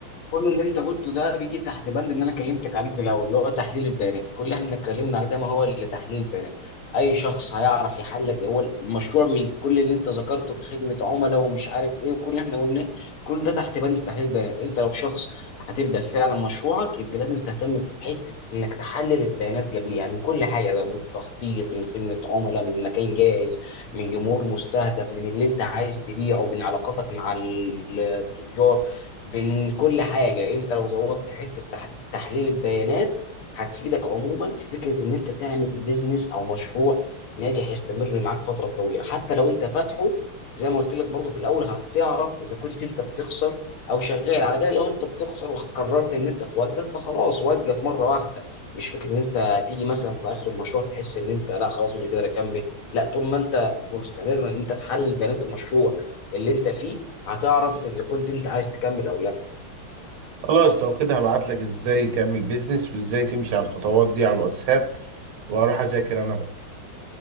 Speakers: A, on the left; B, on the right.
A: كل اللي انت قلته ده بيجي تحت بند ان انا كلمتك عليه في الاول اللي هو تحليل البيانات كل اللي احنا اتكلمنا عليه ده ما هو اللي تحليل البيانات اي شخص هيعرف يحلل هو المشروع من كل اللي انت ذكرته كخدمه عملاء ومش عارف ايه وكل اللي احنا قلناه كل ده تحت بند تحليل البيانات انت لو شخص هتبدا فعلا مشروعك يبقى لازم تهتم في حته انك تحلل البيانات قبليها يعني من كل حاجه بقى من تخطيط من خدمه عملاء من مكان جاهز من جمهور مستهدف من اللي انت عايز تبيعه من علاقاتك مع التجار بين كل حاجه انت لو ظبطت حته تح- تحليل البيانات هتفيدك عموما في فكره ان انت تعمل بيزنس او مشروع ناجح يستمر معاك فتره طويله حتى لو انت فاتحه زي ما قلت لك برضو في الاول هتعرف اذا كنت انت بتخسر او شغال على الاقل لو انت بتخسر وقررت ان انت توقف فخلاص وقف مره واحده مش فكره ان انت تيجي مثلا في اخر المشروع تحس ان انت لا خلاص مش قادر اكمل لا طول ما انت مستمر ان انت تحلل بيانات المشروع اللي انت فيه هتعرف إذا كنت أنت عايز تكمل أو لأ
B: خلاص لو كده هبعت لك ازاي تعمل بيزنس وازاي تمشي على الخطوات دي على الواتساب وهروح اذاكر انا بقى